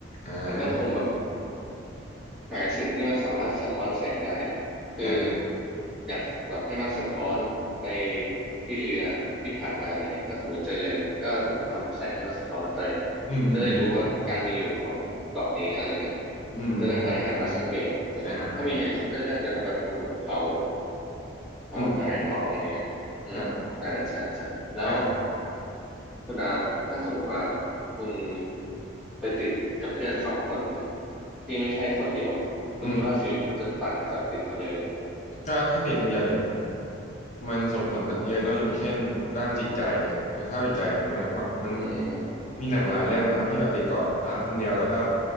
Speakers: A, on the left (about 35°); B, in the centre.
A: อ่
B: แล้วก็คงแบบ
A: า
B: หาสิ่งที่มันสามารถสะท้อนแสงได้อะคือ
A: อ่า
B: อยากแบบให้มันสะท้อนไปที่เรือที่ผ่านมาอะไรเงี้ยถ้าสมมติเจอเรือนะก็แบบทำแสงให้มันสะท้อนไป
A: อืมอืม
B: ก็จะได้รู้ว่าการมีอยู่ของเกาะนี้อะไรเงี้ย
A: อืมอืม
B: จะได้มาหันมาสังเกตอะไรเงี้ยถ้ามีเฮลิคอปเตอร์ก็อาจจะทำแบบคุณแบบเผา
A: อ่าครับ
B: เผาไม้เผาอะไรเงี้ยอืมใช่ใช่ใช่แล้ว
A: อืมอ่าอ่า
B: คุณดาแบบถ้าสมมติว่าคุณไปติดกับเพื่อนสองคนเนี่ยที่ไม่ใช่คนเดียวคุณคิดว่าชีวิตคุณจะต่างจากติดคนเดียวยังไง
A: อืมก็ถ้าติดคนเดียวเนี่ยมันส่งผลเยอะเนาะอย่างเช่นด้านจิตใจอ่ะสภาพจิตใจใช่ไหมแบบมัน
B: อืมอืม
A: มีหนังหลายเรื่องเนาะที่แบบติดเกาะร้างคนเดียวแล้วก็